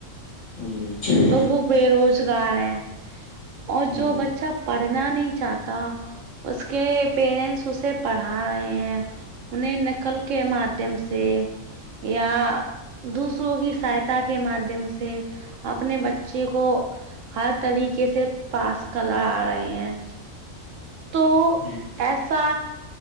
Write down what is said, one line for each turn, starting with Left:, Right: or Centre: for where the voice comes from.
Left: جی ٹھیک
Right: تو وہ بے روزگار ہے اور
Left: جی
Right: جو بچہ پڑھنا نہیں چاہتا اس کے پیرنٹس اسے پڑھا رہے ہیں انہیں نکل کے ماددھیم سے یا دوسروں کی سہاتا کے مادادھیم سے اپنے بچے کو ہر طریقے سے پاس کر لا رہے ہیں تو
Left: جی ٹھیک
Right: ایسا
Left: <unintelligible>